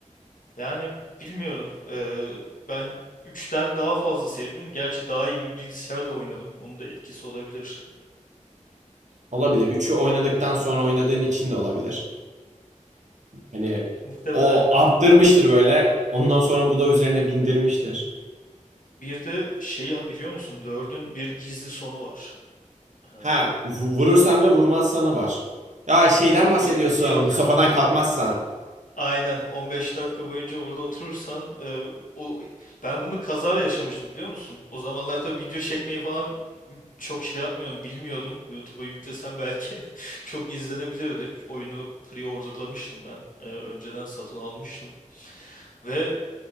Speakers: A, on the left (about 85°); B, on the right (about 65°).
A: Yani bilmiyorum. eee, ben üçten daha fazla sevdim. Gerçi daha iyi bir bilgisayarla oynadım. Onun da etkisi olabilir.
B: Olabilir. Üçü oynadıktan sonra oynadığın için de olabilir. Hani
A: Muhtemelen.
B: o arttırmıştır böyle. Ondan sonra bu da üzerine bindirmiştir.
A: Bir de şeyi biliyor musun? dördün bir gizli sonu var. Eee,
B: Ha, vu- vurursan
A: bu-
B: ve vurmazsanı var. Ya şeyden bahsediyorsun.
A: y- yok.
B: Bu sofradan kalkmazsan.
A: Aynen 15 dakika boyunca orada oturursan e, o ben bunu kaza yaşamıştım biliyor musun? O zamanlar tabii video çekmeyi falan çok şey yapmıyorum bilmiyordum. YouTube'a yüklesem belki <laughs> çok izlenebilirdi. Oyunu pre-orderlamıştım ben. E, önceden satın almıştım ve